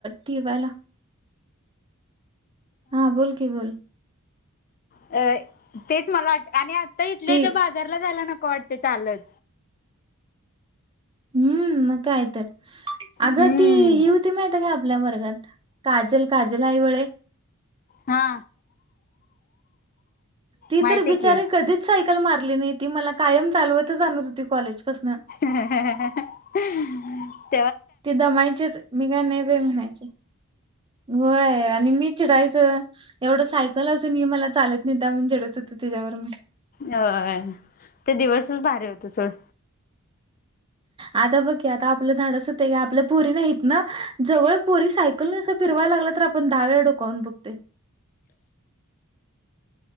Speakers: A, on the right (about 20°); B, on the left (about 40°).
A: टीवायला. हा बोल की बोल.
B: अ तेच मला आठ आणि आता इथल्या
A: ती
B: इथं बाजारला जायला नको वाटतंय चालत.
A: हम्म मग काय तर अगं
B: हम्म
A: ती ही माहिती होती का आपल्या वर्गात काजल काजल आयवाळे
B: हा.
A: ती
B: माहिती
A: तर बिचारी
B: की
A: कधीच सायकल मारली नाही ती मला कायम चालवतच आणत होती कॉलेजपासन
B: हम् ह <inaudible>
A: ते दमायचेच मी काय नाही म्हणायचे होय आणि मी चिडायचं एवढं सायकल असून ही मला चालत नेत्या म्हणून चिडत होतो तिच्यावर मी
B: होय ते दिवसच भारी होत सोड.
A: आता बघ की आता आपलं धाडस होतंय का आपल्या पोरीना इथं न जवळ पोरी सायक कलस फिरवा लागला तर आपण दहावेे डोकावून बघतोय.